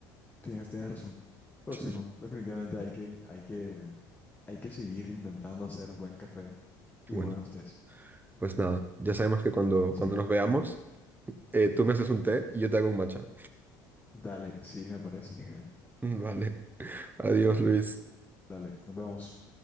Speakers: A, on the left; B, on the right.
A: tienes, tienes razón. Pero
B: Sí,
A: si no,
B: sí.
A: definitivamente hay que, hay que, hay que seguir intentando hacer buen café y
B: Y bueno,
A: buenos tés.
B: pues nada, ya sabemos que cuando, cuando
A: Sí,
B: nos veamos, eh, tú me haces un té y yo te hago un matcha.
A: dale, sí, me parece. <laughs>
B: <laughs> Vale, adiós
A: Dale.
B: Luis.
A: Dale, nos vemos.